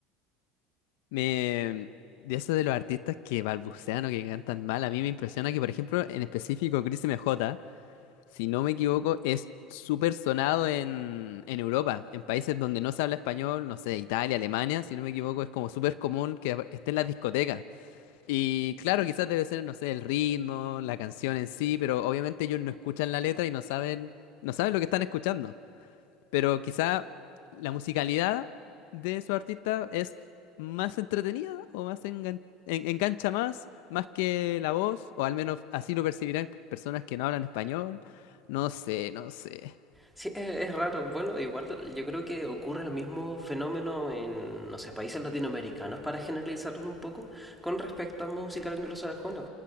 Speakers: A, on the left; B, in the centre.
A: Me, de eso de los artistas que balbucean o que cantan mal, a mí me impresiona que, por ejemplo, en específico, Crimen J. si no me equivoco, es súper sonado en, en Europa, en países donde no se habla español, no sé, Italia, Alemania, si no me equivoco, es como súper común que apa- esté en las discotecas. Y claro, quizás debe ser, no sé, el ritmo, la canción en sí, pero obviamente ellos no escuchan la letra y no saben, no saben lo que están escuchando. Pero quizá la musicalidad de su artista es más entretenida o más engan- en- engancha más, más que la voz, o al menos así lo percibirán personas que no hablan español. No sé, no sé.
B: Sí, es, es raro. Bueno, igual yo creo que ocurre el mismo fenómeno en, no sé, países latinoamericanos, para generalizarlo un poco, con respecto a música anglosajona.